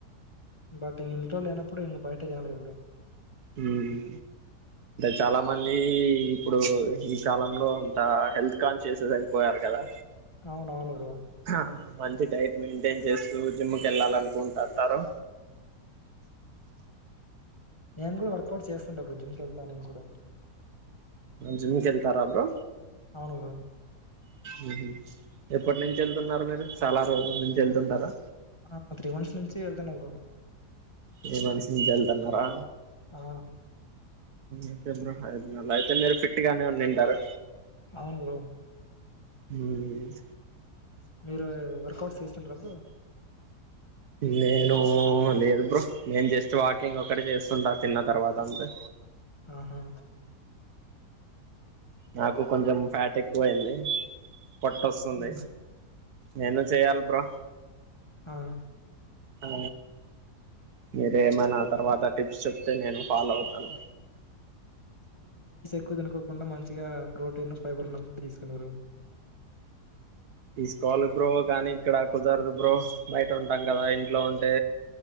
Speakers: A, on the left (about 15°); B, on the right (about 70°).
A: బట్ ఇంకా ఇంటిలో లేనప్పుడు ఇంకా బయట తినాలి కదా బ్రో
B: హ్మ్ చాలా మంది ఇప్పుడు ఈ కాలంలో అంత హెల్త్ కాన్షియసెస్ అయిపోయారు కదా
A: అవును అవును బ్రో
B: హ మంచి డైట్ మెయింటైన్ చేస్తూ జిమ్ కి వెళ్ళాలనుకుంటాంటారు
A: నిను కూడా వర్కౌట్ చేస్తుంటా బ్రో జిమ్ కి వెళ్తా నిను కూడా
B: జిమ్ కి వెళ్తారా బ్రో
A: అవును బ్రో
B: ఉ హు ఎప్పటి నుంచి వెళ్తున్నారు మీరు చాలా రోజుల నుంచి వెళ్తుంటారా
A: ఆ త్రీమంత్స్ నుంచి వెళ్తాన్న బ్రో
B: త్రీ మంత్స్ నుంచి వెళ్తున్నారా
A: ఆ
B: ఓకే బ్రో అయితే మీరు ఫిట్ గానే ఉంటారు.
A: అవును బ్రో
B: హ
A: మీరు వర్కౌట్ చేస్తుంటారు బ్రో
B: నేను లేదు బ్రో నేను జస్ట్ వాకింగ్ ఒకటి చేస్తుంటా తిన్న తర్వాత అంతే
A: ఆహా
B: నాకు కొంచెం ఫ్యాట్ ఎక్కువ అయింది. పొట్టస్తుంది
A: ఆ
B: నేను చేయాలి బ్రో
A: ఆ
B: ఆ మీరేమైనా తర్వాత టిప్స్ చెప్తే నేను ఫాలో అవుతాను
A: ఎక్కు తినుకోకుండా మంచిగా ప్రోటీన్ ఫైబర్ ఉన్న ఫుడ్ తీసుకొనిరు
B: ఈ స్కాల్ బ్రో కాని ఇక్కడ కుదరదు బ్రో బయట ఉంటాం కదా ఇంట్లో ఉంటే